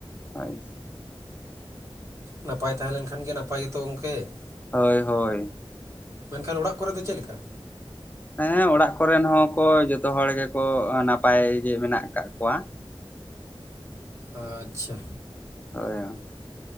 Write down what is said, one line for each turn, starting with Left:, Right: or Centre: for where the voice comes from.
Left: ᱦᱳᱭ ᱾
Right: ᱱᱟᱯᱟᱭ ᱛᱟᱦᱮᱸ ᱞᱮᱱᱠᱷᱟᱱ ᱜᱮ ᱱᱟᱯᱟᱭ ᱜᱮᱛᱚ ᱜᱚᱢᱠᱮ ᱾
Left: ᱦᱳᱭ ᱦᱳᱭ ᱾
Right: ᱢᱮᱱᱠᱷᱟᱱ ᱚᱲᱟᱜ ᱠᱚᱨᱮ ᱫᱚ ᱪᱮᱫ ᱞᱮᱠᱟ?
Left: ᱦᱮᱸ ᱚᱲᱟᱜ ᱠᱚᱨᱮᱱ ᱦᱚᱸᱠᱚ ᱡᱚᱛᱚ ᱦᱚᱲ ᱜᱮᱠᱚ ᱱᱟᱯᱟᱭ ᱜᱮ ᱢᱮᱱᱟᱜ ᱠᱟᱜ ᱠᱚᱣᱟ ᱾
Right: ᱟᱪᱪᱷᱟ᱾
Left: ᱦᱳᱭ᱾